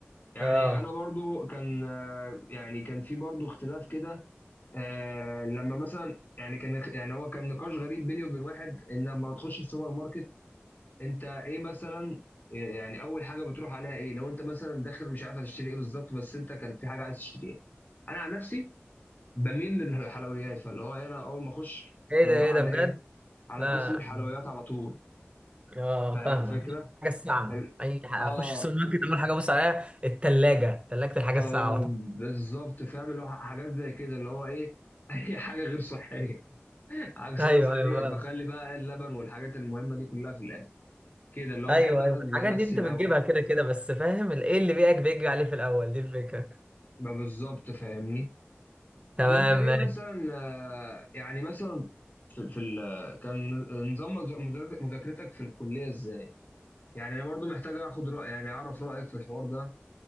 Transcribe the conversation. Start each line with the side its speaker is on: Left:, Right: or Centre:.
Left: يعني
Right: اه
Left: انا برضو كان آه، يعني كان في برضو اختلاف كده آه، لما مثلا يعني كان يعني هو كان نقاش غريب بيني وبين واحد ان لما تخش السوبر ماركت انت ايه مثلا آه، يعني اول حاجه بتروح عليها ايه لو انت مثلا داخل مش عارف هتشتري ايه بالظبط بس انت كان في حاجه عايز تشتريها انا عن نفسي بميل للحلويات فاللي هو إيه، انا اول ما اخش
Right: ايه
Left: انا
Right: ده
Left: بروح
Right: ايه
Left: على
Right: ده بجد
Left: ايه على
Right: لا
Left: قسم الحلويات على طول
Right: اه
Left: فاهم
Right: فاهمك
Left: الفكره
Right: حاجة الساعة
Left: ال-
Right: اي ح- اخش
Left: اه
Right: السوبر ماركت اول حاجة ابص عليها التلاجة تلاجة الحاجة
Left: آه
Right: الساعة وطبعا.
Left: بالظبط فاهم اللي هو حاجات زي كده اللي هو ايه <laughs> اي حاجه غير صحيه <laughs> عكس
Right: ايوه
Left: مثلا
Right: ايوه
Left: ايه
Right: فاهم
Left: بخلي بقى اللبن والحاجات المهمه دي كلها في الاخر كده اللي هو
Right: ايوه
Left: بحب انزه
Right: ايوه الحاجات
Left: نفسي
Right: دي انت
Left: الاول
Right: بتجيبها كده كده بس فاهم ال- ايه اللي بيئك بيجري عليه في الاول دي الفكرة
Left: بقى بالظبط فاهمني
Right: تمام
Left: طب انت ايه
Right: ماشي
Left: مثلا آه، يعني مثلا في, في ال- كان نظام مذا- مذا- مذاكرتك في الكليه ازاي يعني انا برضو محتاج اخد راي يعني اعرف رايك في الحوار ده